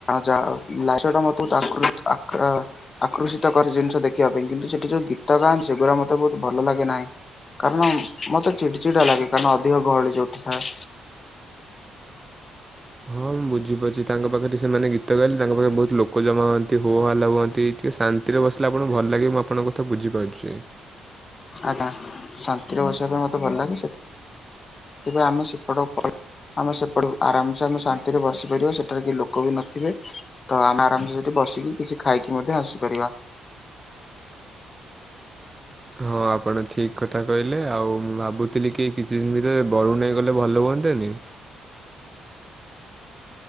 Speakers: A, on the left (about 35°); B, on the right (about 20°).
A: ଯାହା ହଉ ଲାଇଟ୍ ଶୋ ମତେ ବହୁତ୍। <unintelligible> ଆକୃଷିତ କରେ ଜିନିଷ ଦେଖିବା ପାଇଁ। କିନ୍ତୁ ସେଠି ଯୋଉ ଗୀତ ଗାନ୍ତି ସେଗୁରା ମତେ ବହୁତ ଭଲ ଲାଗେ ନାହିଁ। କାରଣ ମତେ ଚିଡ଼ ଚିଡା ଲାଗେ। କାରଣ ଅଧିକ ଗହଳି ଯୋଉଠି ଥାଏ।
B: ହଁ ମୁଁ ବୁଝିପାରୁଚି। ତାଙ୍କ ପାଖରେ ସେମାନେ ଗୀତ ଗାଇଲେ ତାଙ୍କ ପାଖରେ ବହୁତ ଲୋକ ଜମା ହୁଅନ୍ତି। ଟିକେ ହୋ ହାଲା ହୁଅନ୍ତି, ଟିକେ ଶାନ୍ତିରେ ବସିଲେ ଆପଣ କୁ ଭଲ ଲାଗେ ମୁଁ ଆପଣଙ୍କ କଥା ବୁଝିପାରୁଚି।
A: ଆଜ୍ଞା। ଶାନ୍ତିରେ ବସିବା ପାଇଁ ମତେ ଭଲ ଲାଗେ। ସେଥି ସେଥିପାଇଁ ଆମେ ସେପଟ। <unintelligible> ଆମେ ସେପଟ କୁ ଆରାମସେ ଆମେ ଶାନ୍ତିରେ ବସିପାରିବା ସେଠାରେ କେହି ଲୋକ ବି ନଥିବେ। ତ ଆମେ ଆରାମସେ ସେଠି ବସିକି କିଛି ଖାଇକି ମଧ୍ୟ ଆସିପାରିବା।
B: ହଁ ଆପଣ ଠିକ୍ କଥା କହିଲେ। ଆଉ ମୁଁ ଭାବୁଥିଲି କି କିଛି ଦିନ ଭିତରେ ବରୁଣେଇ ଗଲେ ଭଲ ହୁଅନ୍ତାନି?